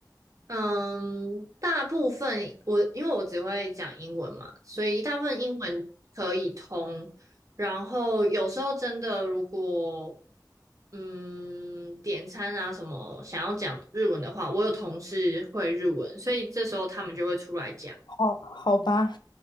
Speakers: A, on the right; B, on the left.
A: 嗯，大部分我因为我只会讲英文嘛，所以大部分英文可以通。然后有时候真的如果嗯点餐啊什么想要讲日文的话，我有同事会日文，所以这时候他们就会出来讲。<laughs>
B: 好，好吧，